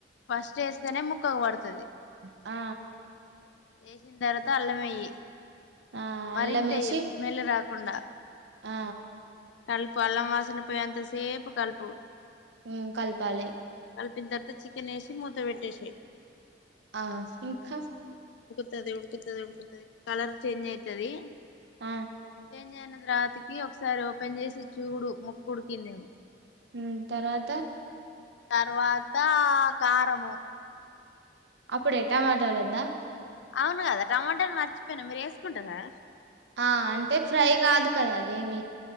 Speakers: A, on the left; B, on the right.
A: ఫస్ట్ ఏస్తేనే ముక్కకు పడుతది
B: ఆ
A: ఏసిన తర్వాత అల్లం ఎయ్యి
B: ఆ
A: మరింత
B: అల్లం వేసి
A: స్మెల్ రా కుండా
B: ఆ
A: కల్పు అల్లం వాసన పోయే అంత సేపు కల్పు
B: మ్ కల్పాలి
A: కల్పిన తర్వాత చికెన్ ఏసి మూత పెట్టేసెయి
B: ఆ ఇంకా
A: తది. ఉడుకుతది ఉడుకుతది కలర్ చేంజ్ తది
B: ఆ
A: చేంజ్ అయిన తర్వాతకి ఒకసారి ఓపెన్ చేసి చూడు ఉడికిందేమో
B: మ్ తర్వాత
A: తర్వాతా కరము
B: అప్పుడే టమాటోలు లొద్దా
A: అవును కదా టమాటాల్ మర్చిపోయినా మీర్ ఎస్సుకుంటర్ కదా
B: ఆ అంటే ఫ్రై కాదు కదా అ ఏమి